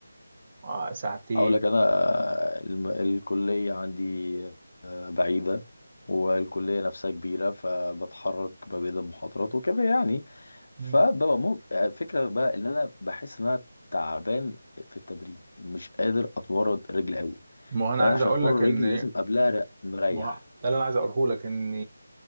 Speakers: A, on the right (about 30°); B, on the left (about 55°).
A: آه، ساعتين
B: هقول لك انا الم- الكليه عندي بعيده والكليه نفسها كبيره فبتحرك ما بين المحاضرات وكده يعني فببقى
A: مم.
B: مو- فكره بقى ان انا بحس ان انا تعبان في التمرين مش قادر اتمرن رجل قوي
A: ما هو انا
B: فانا
A: عايز
B: عشان
A: اقول
B: اتمرن
A: لك ان
B: رجل لازم قبلها ر- مريح
A: ما ده اللي انا عايز اقوله لك ان